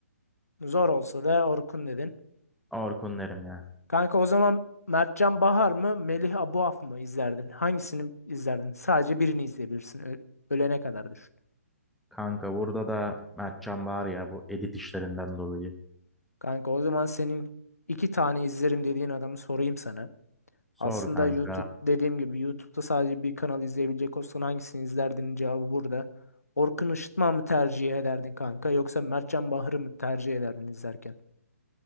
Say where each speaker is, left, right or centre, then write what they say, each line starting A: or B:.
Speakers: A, on the left; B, in the centre.
A: Zor olsa da Orkun dedin.
B: Orkun derim ya.
A: Kanka o zaman Mertcan Bahar mı Melih Abuaf mı izlerdin? Hangisini izlerdin? Sadece birini izleyebilirsin. Ö- ölene kadar düşün.
B: Kanka burada da Mertcan var ya bu edit işlerinden dolayı.
A: Kanka o zaman senin iki tane izlerim dediğin adamı sorayım sana.
B: Sor
A: Aslında
B: kanka.
A: YouTube dediğim gibi YouTube'da sadece bir kanal izleyebilecek olsan hangisini izlerdin cevabı burada. Orkun Işıtma mı tercih ederdin kanka yoksa Mertcan Bahar'ı mı tercih ederdin izlerken?